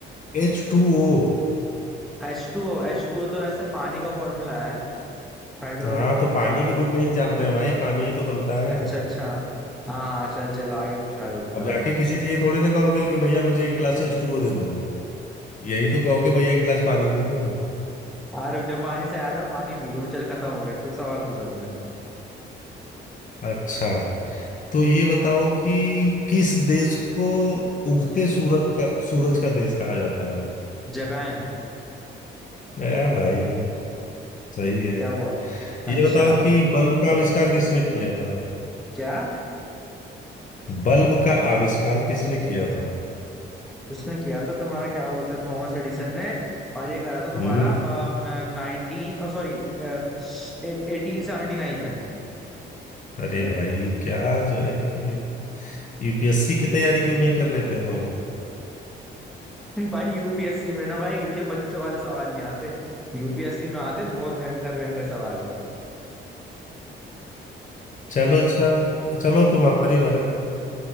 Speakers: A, on the left; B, in the centre.
A: एच टू ओ
B: H two O H two O तो वैसे पानी का फॉर्मूला है हाइड्रोजन
A: हाँ तो
B: ऑक्साइड
A: पानी के रूप में ही जानते हैं भाई पानी ही तो बनता है
B: अच्छा अच्छा हाँ चल चल आगे पूछ आगे पूछ
A: अब
B: आगे
A: जाके
B: पूछ।
A: किसी से ये थोड़ी ना कहोगे कि भैया मुझे एक गिलास एच टू ओ दे दो यही तो कहोगे भैया एक गिलास पानी दे दो
B: <laughs> हाँ रुक जा पानी से आया था पानी पी लो चल खत्म हो गया तू सवाल पूछ अपने
A: अच्छा तो ये बताओ कि किस देश को उगते सूरत का सूरज का देश कहा जाता है
B: जापान
A: ए भाई सही है
B: क्या हुआ
A: ये
B: अच्छा
A: बताओ कि बल्ब का आविष्कार किसने किया था
B: क्या
A: बल्ब का आविष्कार किसने किया था
B: उसने किया था तुम्हारा क्या बोलता है थॉमस एडिसन ने और ये करा था तुम्हारा
A: हम्म
B: नाइनटीन ओ सॉरी एटीन सेवेंटी नाइन में
A: अरे
B: <laughs> अ,
A: भाई क्या जो है कि यूपीएससी की तैयारी क्यों नहीं कर लेते तुम
B: भाई यूपीएससी में ना भाई ये बच्चों वाले सवाल नहीं आते यूपीएससी में आते बहुत भयंकर भयंकर सवाल
A: चलो अच्छा चलो तुम्हारी बारी